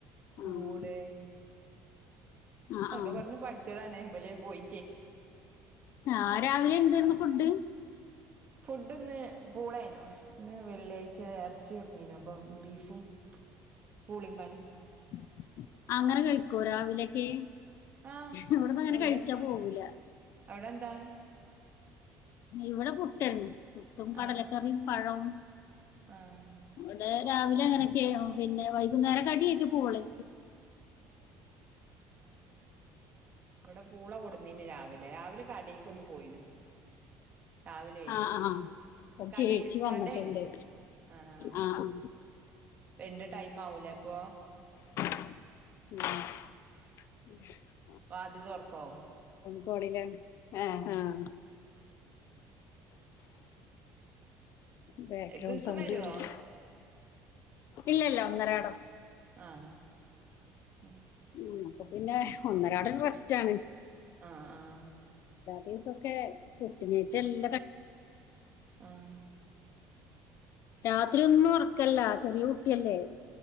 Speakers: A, on the right; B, on the left.
A: കൂട്
B: ആഹ് ആഹ്
A: ഒക്കെ
B: ആഹ്
A: ഇബട്ന്ന് പഠിച്ചതാണ്. ബല് പോയി
B: ആഹ് രാവിലെ എന്തേര്ന്നു ഫുഡ്?
A: ഫുഡ് ഇന്ന് പൂളായിനു. ഇന്ന് വെള്ളിയാഴ് എർച്ചി കൊട്ന്നീനു അപ്പം ബീഫും പൂളിമ്പാടിം
B: ഉ <unintelligible> അങ്ങനെ കഴിക്കോ രാവിലേക്ക്െ
A: ആഹ്
B: ഇവിടന്ന് അങ്ങനെ
A: അവിടെ
B: കഴിച്ചാ പോവൂല
A: അവിടെ എന്താ
B: ഇവിടെ പുട്ട് പുട്ടും കടലക്കറിയും
A: ആഹ്
B: പഴവും
A: ആഹ്
B: ഇവിടെ രാവിലെ അങ്ങനെ പിന്നെ വൈകുന്നേര കടിയായിട്ട് പോവൂല്
A: ആ ഇവിടെ പൂള കൊടുന്നീു രാവിലെ രാവിലെ കടക്ക്ൊന്ന് പോയിനു രാവിലെ
B: ആഹ് ആഹ്
A: കട
B: ചേച്ചി വന്നിട്ടുണ്ട്
A: കടയണ ആഹ
B: ആഹ്
A: എന്റെ ടൈം ആവൂലേ അപ്പൊ
B: ഉ <unintelligible>
A: ബാദ്യത ഉറക്കവും
B: കോളിലാണ് ആഹ ആഹ ബാക്ക്ഗ്രൗണ്ട്
A: ദിവസം
B: സൗണ്ട്
A: വരുവോ
B: വറല്ല ഇല്ല ഇല്ല ഒന്നിരാടം
A: ആഹ ഉ
B: ഉം പിന്നെ ഒന്നരാട റെസ്റ്റ് ആണ്
A: ആഹ ആഹ
B: ദിവസൊക്കെ കുട്ടിനേറ്റ് എല്ലാം
A: ആഏ
B: രാത്രി ഒന്നും ഉറക്കല്ല ചെറിയ കുട്ടിയല്ലേ